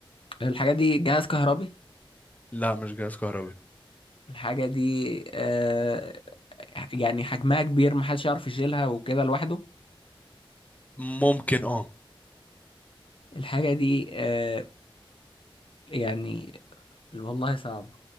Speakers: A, on the left (about 70°); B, on the left (about 15°).
A: الحاجة دي جهاز كهربي
B: لا مش جهاز كهربي
A: الحاجة دي آه... يعني حجمها كبير محدش يعرف يشيلها وكده لوحده
B: ممكن اه
A: الحاجة دي آه... يعني والله صعبة